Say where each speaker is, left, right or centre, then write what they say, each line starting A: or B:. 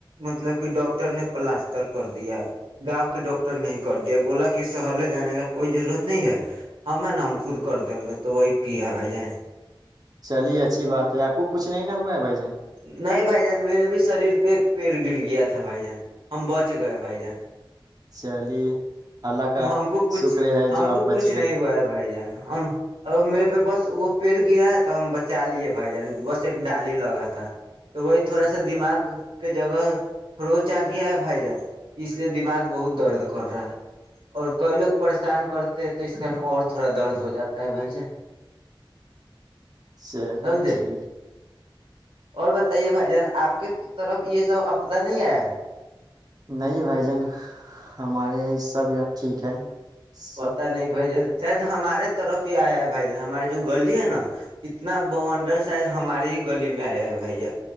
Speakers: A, on the right; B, on the right.
A: مطلب کہ ڈاکٹر نے پلاسٹر کر دیا گاؤں کے ڈاکٹر نہیں کر دیا بولا کہ شہر لے جانے کا کوئی ضرورت نہیں ہے ہم ہے نا ہم خود کر دیں گے تو وہی کیا بھائی جن
B: چلیے اچھی بات ہے آپ کو کچھ نہیں ن ہوا ہے بھائی جان
A: نہیں بھائی جان میرے بھی شریر پہ ایک پیڑ گر گیا تھا بھائی جان ہم ب کچھ گ ہے بھائی جا
B: چلی اللہ کا
A: ہم کو کچھ
B: شکر ہے
A: ہم
B: جو
A: کو
B: آپ
A: کچھ
B: بچ
A: نہیں
B: گئے
A: ہوا ہے بھائی جان ہم ا میرے پہ بس وہ پیڑ گرا ہے تو ہم بچا لیے بھائی جان بس ایک ڈالی لگا تھا تو وہی تھوڑا
B: چل-
A: سا دماغ کے جگہ خروچ آ گیا ہے بھائی جان اس لیے دماغ بہت درد کر رہا ہے اور کئی لوگ پریشان کرتے ہیں تو اس کن اور تھوڑا درد ہو جاتا ہے بھائی جان
B: س
A: سمجھے
B: ٹھیک
A: اور بتائیے بھائی جان آپ کی طرف یہ سب آدہ نہیں آیا ہے
B: نہیں بھائی جان ہمارے یہ سب یہاں ٹھیک ہے سب
A: پتاہ نہیں بائی ج شاید ہمارے طرف ہی آیا ہے بھائی جان ہماراری جو گلی ہے نا اتنا ب انڈر ساید ہمارے ہی گلی میں آیا ہے بھائی جان